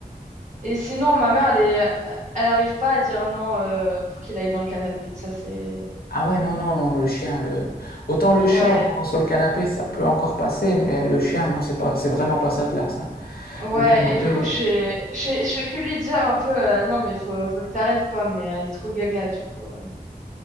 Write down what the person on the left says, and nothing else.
Ah ouais, non, non, non, le chien, le... autant le chat
bon, sur le canapé, ça peut encore passer, mais le chien, non, c'est pas, c'est vraiment pas sa place. hein.
Le canapé,
le-